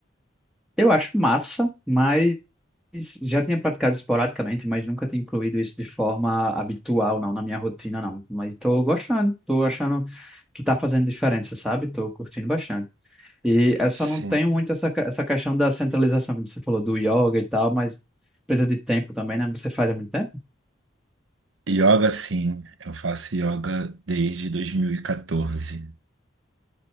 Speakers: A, in the centre; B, on the right.
A: Eu acho massa, mas já tinha praticado esporadicamente, mas nunca tinha incluído isso de forma habitual, não, na minha rotina, não. Mas estou gostando, estou achando que está fazendo diferença, sabe? Estou curtindo bastante. E eu só
B: Sim.
A: não tenho muito essa, que- essa questão da centralização, como você falou, do yoga e tal, mas precisa de tempo também, né? Você faz há muito tempo?
B: Yoga, sim. Eu faço yoga desde 2014.